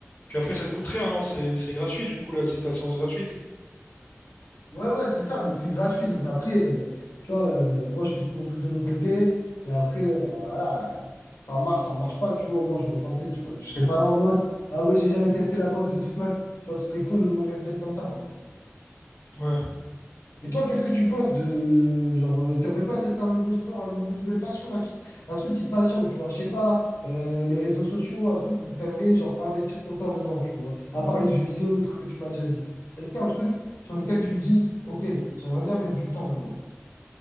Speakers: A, on the left; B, on the left.
A: Puis après, ça te coûte rien, non? C'est, c'est gratuit, du coup, là, c'est ta séance gratuite.
B: Ouais, ouais, c'est ça. Donc, c'est gratuit. Donc, après, euh, tu vois, euh, moi, je fais mon truc de mon côté. Et après, euh, ben, voilà, euh, ça marche, ça marche pas. Tu vois, au moins, j'aurais tenté. Tu vois, je serais pas là en mode, ah ouais, j'ai jamais testé la boxe de toute ma vie. Tu vois, ce serait con de mourir bête comme ça, quoi.
A: Ouais.
B: Et toi, qu'est-ce que tu penses de genre, euh, t'aimerais pas tester un nouveau sport, un- une nouvelle passion là, qui un truc qui te passionne, tu vois, je sais pas, euh, les réseaux sociaux, un truc où t'aimerais genre investir ton temps dedans, tu vois, à part les jeux vidéo, le truc que tu m'as déjà dit. Est-ce qu'il y a un truc sur lequel tu te dis, ok, j'aimerais bien mettre du temps dedans.